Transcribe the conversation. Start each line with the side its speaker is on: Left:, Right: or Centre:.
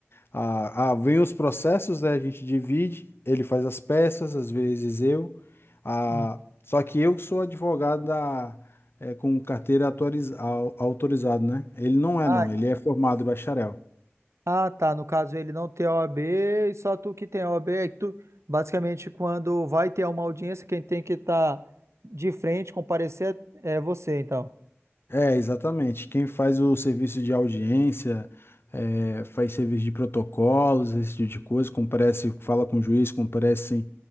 Left: A, a, vem os processos, né? A gente divide, ele faz as peças, às vezes eu. A,
Right: hum.
Left: só que eu sou advogado da, é, com carteira autoriz, au- autorizado, né? Ele não é,
Right: ah,
Left: não, ele é formado em bacharel.
Right: ah, tá. No caso, ele não tem o OAB, e só tu que tem o OAB. Aí tu, basicamente, quando vai ter uma audiência, quem tem que estar de frente, comparecer, é você, então.
Left: É, exatamente. Quem faz o serviço de audiência, é, faz serviço de protocolos, esse tipo de coisa, comparece, fala com o juiz, comparece